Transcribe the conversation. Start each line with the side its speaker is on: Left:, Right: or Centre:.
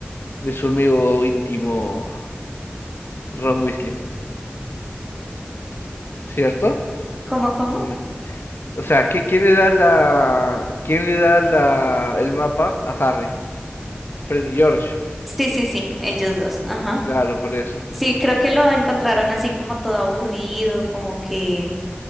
Left: de su amigo íntimo Ron Weasley, ¿cierto?
Centre: ¿Cómo, cómo?
Left: Hombre. O sea, ¿qui- ¿quién le da la, quién le da la, el mapa a Harry? Freddy George,
Centre: Sí, sí, sí, ellos dos. Ajá.
Left: claro, por eso.
Centre: Sí, creo que lo encontraron así como todo aburrido, como que